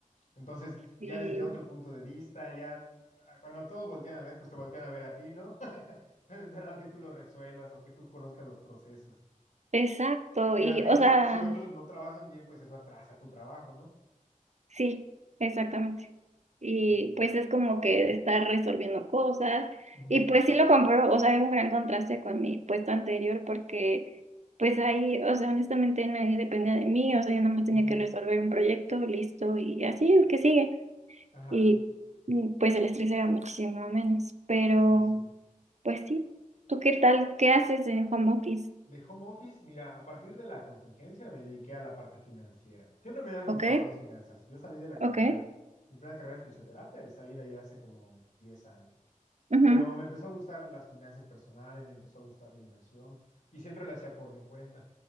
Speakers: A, on the left (about 60°); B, on the right (about 55°).
A: Entonces,
B: Sí,
A: ya desde otro punto de vista, ya ah, cuando todos voltean a ver, pues te voltean a ver a ti, ¿no? <laughs> Están esperando que tú lo resuelvas o que tú conozcas los procesos.
B: exacto.
A: Y
B: Y,
A: a veces,
B: o sea,
A: si otros no trabajan bien, pues eso atrasa tu trabajo, ¿no?
B: sí, exactamente. Y
A: Ok.
B: pues es como que estar resolviendo cosas.
A: Ujú,
B: Y pues sí lo compro, o sea, hay un gran contraste con mi puesto anterior porque pues ahí, o sea, honestamente nadie dependía de mí, o sea, yo nada más tenía
A: ujú,
B: que resolver un proyecto, listo, y así el que sigue.
A: Ajá,
B: y y, pues el estrés era muchísimo menos. Pero
A: sí, sí.
B: pues sí, ¿tú qué tal? ¿Qué haces en home office?
A: De home office, mira, a partir de la contingencia me dediqué a la parte financiera. Siempre me habían
B: ¿Ok?
A: gustado las finanzas. Yo salí de la carrera,
B: Ok,
A: mi primera carrera es fisioterapia y salí de ahí hace como 10 años.
B: ujú.
A: Pero me empezó a gustar las finanzas personales, me empezó a gustar la inversión y siempre lo hacía por mi cuenta.